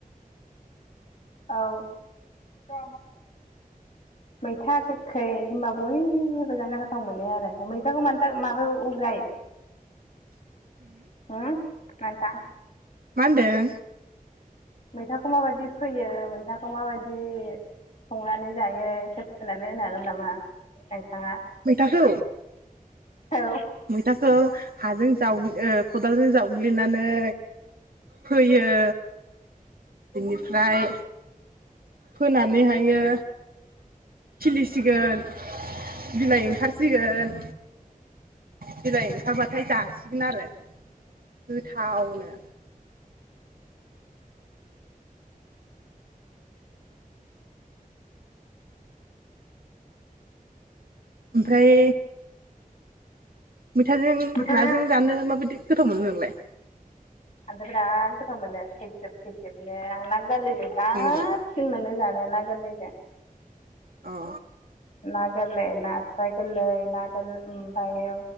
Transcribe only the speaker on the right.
उ <inaudible>
मा होनदों
मैथाखौ
मैथाखौ हाजों जाव ओ खदालजों जावग्लिनानै फोयो बेनिफ्राय फोनानैहायो खिलिसिगोन बिलाइ ओंखारसिगोन बिलाइ ओंखारबाथाय जासिगोन आरो गोथावनो ओमफ्राय मैथाजों
नाजों जानो माबायदि गोथाव मोनो नोंलाय
नोंगौ
औ